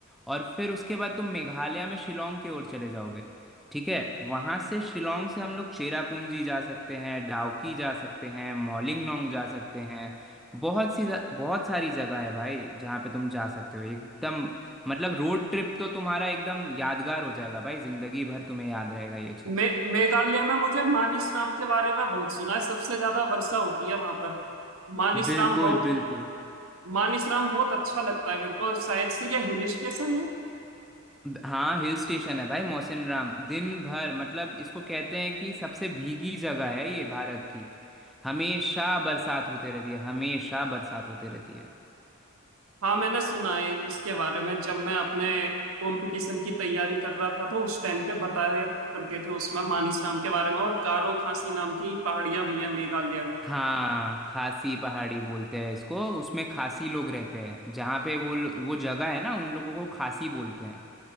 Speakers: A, in the centre; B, on the right.
A: और फिर उसके बाद तुम मेघालय में शिलोंग की ओर चले जाओगे ठीक है वहां से शिलोंग से हम लोग चेरापूंजी जा सकते हैं डाउकी जा सकते हैं मॉलिंगनोंग जा सकते हैं बहुत सी बहुत सारी जगह है भाई जहाँ पे तुम जा सकते हो एकदम मतलब रोड ट्रिप तो तुम्हारा एकदम यादगार हो जाएगा भाई जिंदगी भर तुम्हें याद रहेगा ये चीज़
B: मे मेघालय में मुझे मानिसराम के बारे में बहुत सुना है सबसे ज्यादा वर्षा होती है वहां पर मानिसराम
A: बिल्कुल
B: बहुत
A: बिल्कुल
B: मानिसराम बहुत अच्छा लगता है मेरे को शायद से ये हिल स्टेशन है
A: हाँ हिल स्टेशन है भाई मौसिन राम दिन भर मतलब इसको कहते हैं कि सबसे भीगी जगह है ये भारत की हमेशा बरसात होते रहती है हमेशा बरसात होते रहती है
B: हाँ मैंने सुना है इसके बारे में जब मैं अपने कंपटीशन की तैयारी कर रहा था तो उस टाइम पे बताया करते थे उसमें मानिसराम के बारे में और गारो खासी नाम की पहाड़ियां भी हैं मेघालय में
A: हाँ खासी पहाड़ी बोलते हैं इसको उसमें खासी लोग रहते हैं जहाँ पे वो लो- वो जगह है ना उन लोगों को खासी बोलते हैं